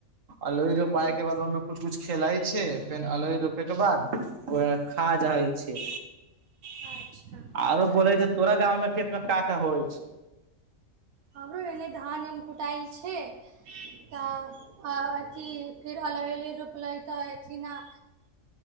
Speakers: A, on the right (about 65°); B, on the right (about 80°).
A: अलु रोपाय
B: ओ
A: के बाद ओयमे कुछ कुछ खेलाइ छै। फेर अलोइ रोपे के बाद उहैऽ खा जाहै छै।
B: अच्छा
A: आरो बोलै के तोरा गाँं मे खेत मे का का होइ छै?
B: हमरो एने धान- वान कुटाइ छै। तऽ अ- अथी फिर अलहेली रोपलै तऽ अथि न